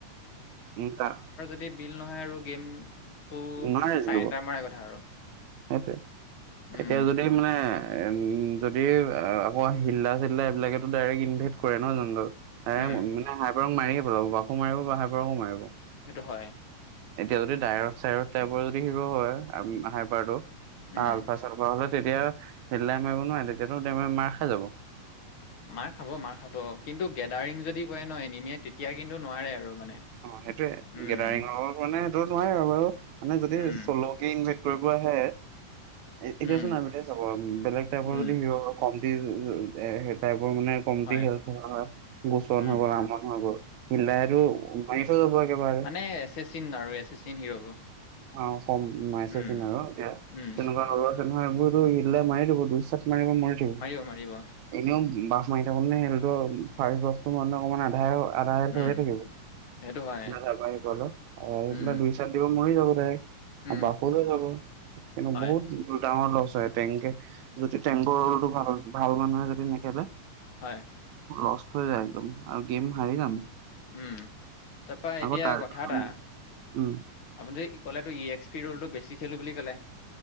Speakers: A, on the right; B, on the left.
A: উম্ তাক
B: গোটেইবিল নহয় আৰু গেমটো
A: নোৱাৰে
B: চাৰেণ্ডাৰ
A: জিকিব
B: মৰা কথা আৰু।
A: সেইটোৱে,
B: উম
A: এতিয়া যদি। মানে উম্, যদি আকৌ হিল্লা চিল্লা এইবিলাকেতো ডাইৰেক্ট ইনভেদ কৰে নহয়, জানোঁ তোৰ। মানে,
B: উম
A: মানে হাইবাৰক মাৰিয়ে পেলাব। বাকো মাৰিব বা হাইবাৰকো মাৰিব।
B: সেইটো হয়।
A: এতিয়া যদি ডাইৰথ চাইৰথ টাইপৰ যদি হিৰো হয়। আমি হাইবাৰটো
B: উম
A: আল্ফা চাল্ফা হ'লে, তেতিয়া হিল্লাই মাৰিব নোৱাৰে। তেতিয়াতো দাইৰেক্ট মাৰ খাই যাব।
B: মাৰ খাব মাৰ খাব, কিন্তু গেডাৰিং যদি কৰে ন এনিমিয়ে। তেতিয়া কিন্তু নোৱাৰে আৰু মানে।
A: সেইটোৱে,
B: উম
A: গেডাৰিংৰ মানে সেইটো নোৱাৰিয়ে আৰু, বাৰু মানে যদি
B: উম,
A: চলকে ইনভাইট কৰিব আহে। এতিয়া
B: উম,
A: চোন আমিলে চাব, বেলেগ টাইপৰ
B: উম,
A: যদি হেৰি অলপ কমটি এ, হেই টাইপৰ মানে কমটি
B: হয়,
A: হেল থকা হয়, গোচন
B: উম,
A: হৈ গ'ল আমন হৈ গ'ল। হিল্ডাৰেটো মাৰি থৈ যাব একেবাৰে।
B: এ এছেচিন আৰু এছেচিন হিৰ'বোৰ।
A: অ', কম মিছে
B: উম,
A: চিন আৰু এতিয়া
B: উম,
A: তেনেকুৱা ধৰণৰ। এইবোৰটো হিল্ডাৰে মাৰি দিব, দুই চাত মাৰিব মৰি থাকিব।
B: মাৰিব মাৰিব,
A: এনেও মাৰি থাকো নে সিহঁতেটো বস্তু মানে অকমান আধাৰে হোৱা। আধা
B: উম,
A: হৈয়ে থাকিব,
B: সেইটো হয়,
A: যাবা আহিব অলপ। আহ্
B: উম,
A: দুই চাত দিব মৰি যাব।
B: উম,
A: বাটলৈ যাব, এ কিন্তু
B: হয়,
A: বহুত ডাঙৰ লছ হয়। টেংকে, যদি টেংকৰটো ভাল ভাল মানুহে যদি নেখেলে।
B: হয়।
A: লষ্ট হৈ যায় একদম আৰু গেম হাৰি যাম।
B: উম্, তাৰপৰা
A: আকৌ
B: এতিয়া
A: তাৰ
B: কথা এটা।
A: উম উম,
B: আপুনি ক'লেটো, ই এক্স পি ৰোলটো বেছি খেলো বুলি ক'লে।